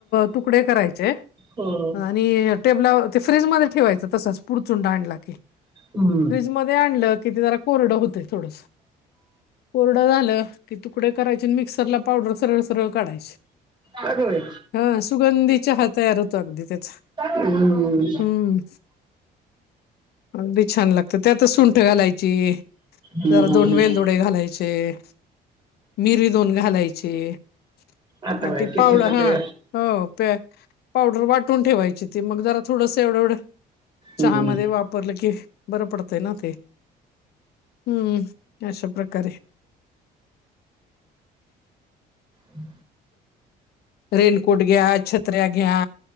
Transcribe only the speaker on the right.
हो
हम्म
का ग बाई
हम्म
हम्म
आता
बाई
किती
किती
हम्म
हो